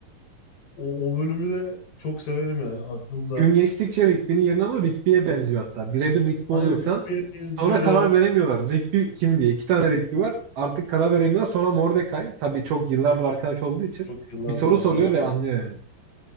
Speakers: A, on the left (about 55°); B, on the right (about 65°).
A: O, o bölümü de çok severim yani aklımda.
B: Gün geçtikçe Rigby'nin yerini alıyor. Rigby'ye benziyor hatta. Birebir Rigby
A: Aynen
B: oluyor falan.
A: Rigby'ye benziyor.
B: Sonra karar veremiyorlar. Rigby kim diye. İki tane Rigby var. Artık karar veremiyorlar. Sonra Mordecai. Tabii çok yıllardır arkadaş olduğu için.
A: Çok yıllardır
B: Bir soru
A: arkadaşım.
B: soruyor ve anlıyor yani.